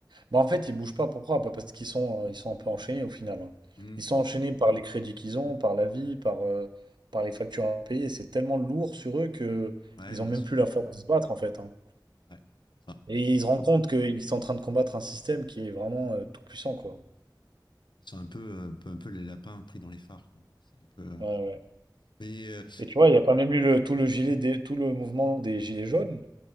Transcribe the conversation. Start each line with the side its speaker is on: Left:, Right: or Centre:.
Right: Bah
Left: J'ai
Right: en
Left: pas-
Right: fait, ils bougent pas, pourquoi? Bah, parce qu'ils sont, euh, ils sont un peu enchaînés au final. hein.
Left: Hmm.
Right: Ils sont enchaînés par les crédits qu'ils ont, par la vie, par, euh, par les factures à payer. C'est tellement lourd sur eux que
Left: Ouais,
Right: ils
Left: bien
Right: ont même
Left: sûr.
Right: plus la force de se battre en fait. hein.
Left: Ouais. C'est ça.
Right: Et ils se rendent compte qu'ils sont en train de combattre un système qui est vraiment euh, tout puissant, quoi.
Left: Ils sont un peu, un peu, un peu les lapins pris dans les phares, quoi. C'est un peu. euh,
Right: Ouais, ouais.
Left: Mais euh,
Right: Et tu vois, il n'y a pas même eu le, tout le gilet des, tout le mouvement des gilets jaunes.